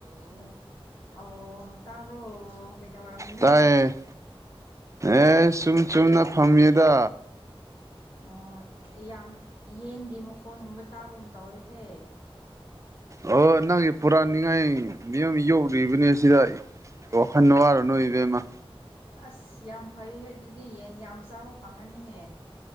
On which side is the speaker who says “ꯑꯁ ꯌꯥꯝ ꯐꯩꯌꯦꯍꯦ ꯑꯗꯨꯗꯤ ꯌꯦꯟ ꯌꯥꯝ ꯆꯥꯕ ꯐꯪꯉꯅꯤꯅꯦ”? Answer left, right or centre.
Left